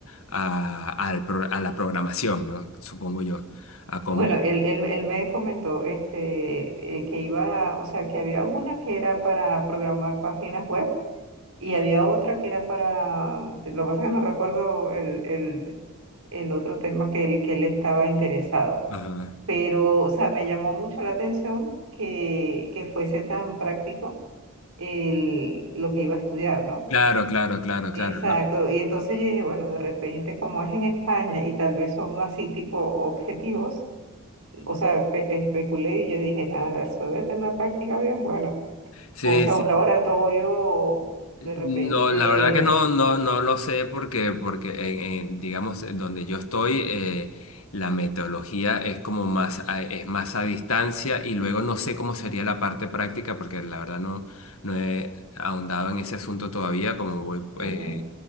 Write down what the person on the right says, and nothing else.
bueno, él, él, él me comentó este, eh, que iba, o sea, que había una que era para programar páginas web y había otra que era para, lo que pasa es que no recuerdo el, el el otro tema que él, que él estaba interesado.
Pero, o sea, me llamó mucho la atención que, que fuese tan práctico el, lo que iba a estudiar, ¿no?
Exacto.
Y entonces yo dije, bueno, de repente, como es en España y tal vez son así tipo objetivos, o sea, espe- especulé y yo dije, nada, eso debe tener una práctica bien buena.
O sea,
un laboratorio, de
repente,
ujú,